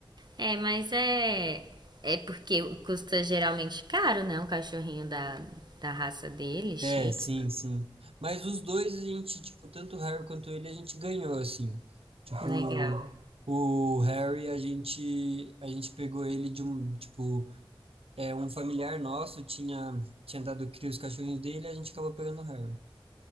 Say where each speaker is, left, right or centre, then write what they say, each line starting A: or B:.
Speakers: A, on the right; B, on the right.
A: É, mas é. É porque custa geralmente caro, né? Um cachorrinho da, da raça dele,
B: É,
A: Shih
B: sim,
A: Tzu.
B: sim. Mas os dois, a gente, tipo, tanto o Harry quanto ele, a gente ganhou, assim. Tipo,
A: Legal.
B: o Harry, a gente, a gente pegou ele de um, tipo, é, um familiar nosso tinha, tinha dado cria os cachorrinhos dele, a gente acabou pegando o Harry.